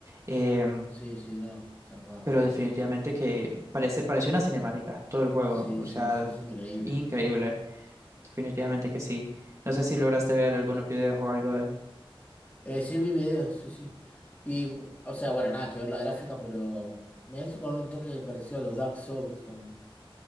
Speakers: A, on the right; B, on the left.
A: em,
B: s- sí, sí, no, zarpado.
A: pero definitivamente que parece, parece una cinemática todo el juego.
B: Sí,
A: O
B: sí,
A: sea,
B: sí, es increíble.
A: increíble. Definitivamente que sí. No sé si lograste ver algunos videos o algo de él.
B: Eh, sí, vi videos, sí, sí. Y, o sea, bueno, nada que ver la gráfica, pero me hizo con un toque parecido a los Dark Souls también.